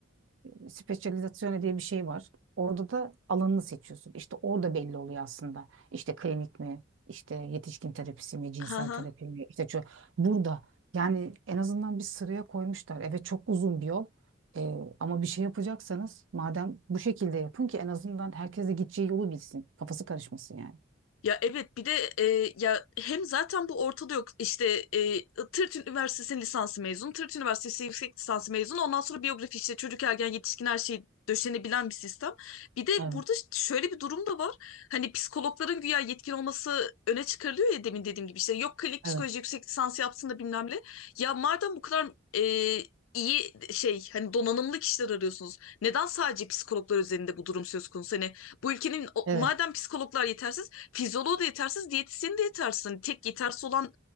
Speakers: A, on the right (about 70°); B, on the left (about 85°).
A: e, specializzazione diye bir şey var. Orada da alanını seçiyorsun. İşte orada belli oluyor aslında. İşte klinik mi, işte yetişkin terapisi mi, cinsel
B: Ha ha.
A: terapi mi, işte ço- burada yani en azından bir sıraya koymuşlar. Evet çok uzun bir yol ee, ama bir şey yapacaksanız madem bu şekilde yapın ki en azından herkes de gideceği yolu bilsin. Kafası karışmasın yani.
B: Ya evet bir de e, ya hem zaten bu ortada yok İşte e, Tırt Üniversitesi'nin lisansı mezunu, Tırt Üniversitesi yüksek lisansı mezunu ondan sonra biyografi işte çocuk ergen yetişkin her şeyi döşenebilen bir sistem. Bir de
A: Evet,
B: burada şöyle bir durum da var hani psikologların güya yetkin olması öne çıkarılıyor ya demin dediğim gibi işte yok klinik psikoloji
A: evet,
B: yüksek lisans yapsın da bilmem ne. Ya madem bu kadar e, iyi şey hani donanımlı kişiler arıyorsunuz neden sadece psikologlar üzerinde bu durum söz konusu hani bu ülkenin o-
A: evet.
B: madem psikologlar yetersiz Fizyoloğu da yetersiz, diyetisyeni de yetersiz. Hani tek yetersiz olan